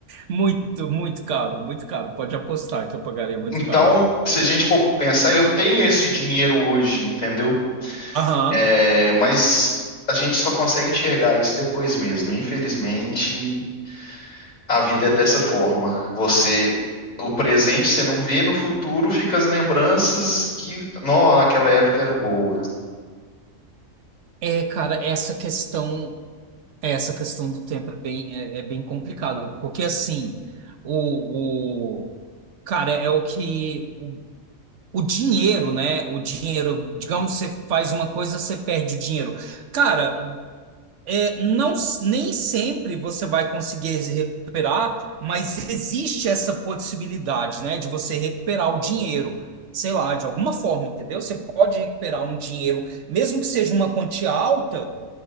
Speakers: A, on the right; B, on the left.
A: muito, muito caro, muito caro. Pode apostar que eu pagaria muito
B: então,
A: caro.
B: se a gente for pensar, eu tenho esse dinheiro hoje, entendeu?
A: Aham.
B: É, mas a gente só consegue enxergar isso depois mesmo. Infelizmente, a vida é dessa forma. Você, o presente você não vê, no futuro fica as lembranças que, não naquela época era boa.
A: É, cara, essa questão, essa questão do tempo é bem, é, é bem complicada, porque assim, o, o cara é o que o, o dinheiro, né? O dinheiro, digamos, você faz uma coisa, você perde o dinheiro. Cara, é, não, nem sempre você vai conseguir se recuperar, mas existe essa possibilidade, né, de você recuperar o dinheiro, sei lá, de alguma forma, entendeu? Você pode recuperar um dinheiro, mesmo que seja uma quantia alta,